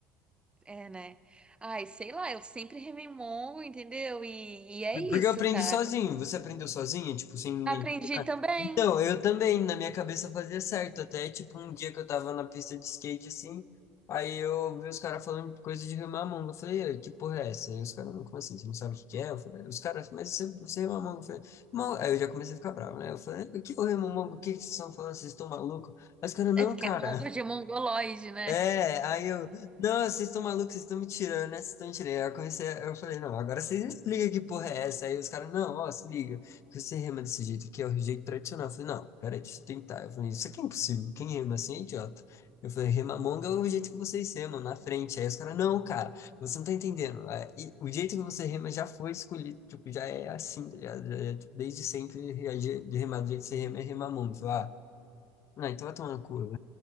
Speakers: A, on the right (about 15°); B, on the left (about 45°).
A: É, né? Ai, sei lá. Eu sempre remei mongo, entendeu? E, e é isso,
B: Porque eu aprendi
A: cara.
B: sozinho. Você aprendeu sozinho, tipo, sem ninguém
A: Aprendi também.
B: Então, eu também, na minha cabeça fazia certo, até tipo um dia que eu tava na pista de skate assim, aí eu vi os caras falando coisa de remar a manga, eu falei, "Ei, que porra é essa? Aí os caras, "Não, como assim, você não sabe o que que é? Eu falei, os caras, mas você, você rema a manga, eu falei, "Mão-" aí eu já comecei a ficar bravo, né? Eu falei, o que eu remo a manga? O que que vocês estão falando? Vocês estão malucos? Aí os caras,
A: É
B: não,
A: porque
B: cara.
A: é mongo de mongoloide, né?
B: É, aí eu, não, vocês estão malucos, vocês estão me tirando, né? Vocês estão me tirando. Aí eu comecei, eu falei, não, agora vocês explicam que porra é essa. Aí os caras, não, ó, se liga, que você rema desse jeito aqui, é o jeito tradicional. Eu falei, não, peraí, deixa eu tentar. Eu falei, isso aqui é impossível, quem rema assim é idiota. Eu falei, rema monga é o jeito que vocês remam, na frente. Aí os caras, não, cara, você não tá entendendo. É, e o jeito que você rema já foi escolhido, tipo, já é assim, tá ligado? Já é, tipo, desde sempre, já- de remar do jeito que você rema é remar Eu falei, ah, não, então vai tomar no cu,